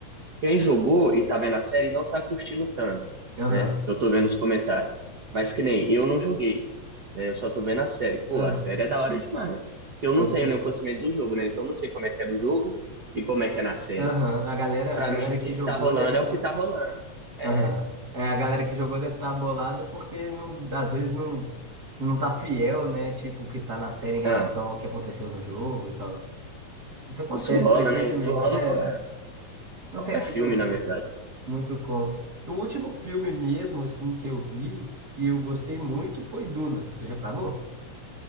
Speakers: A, on the right (about 60°); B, on the right (about 40°).
A: Quem jogou e tá vendo a série não tá curtindo tanto,
B: Aham,
A: né? Eu tô vendo os comentários. Mas que nem eu não joguei, né? Eu só tô vendo a série. Pô,
B: aham,
A: a série é da hora demais. Porque eu
B: pode
A: não tenho
B: crer.
A: nenhum conhecimento do jogo, né? Então eu não sei como é que é no jogo e como é que é na série.
B: Aham, a galera,
A: Então, pra
B: a galera
A: mim,
B: que
A: tudo
B: jogou
A: que tá rolando
B: deve estar.
A: é o que tá rolando. É.
B: Aham. É, a galera que jogou deve estar bolada porque não, às vezes não, não tá fiel, né? Tipo, o que tá na série em relação
A: Ah,
B: ao que aconteceu no jogo e tal. Isso acontece
A: isso rola,
B: frequentemente.
A: né? Isso rola
B: É,
A: em qual- é,
B: não
A: qualquer
B: tem muito.
A: filme, na verdade.
B: Muito com. O último filme mesmo, assim, que eu vi, que eu gostei muito, foi Duna. Você já fragou?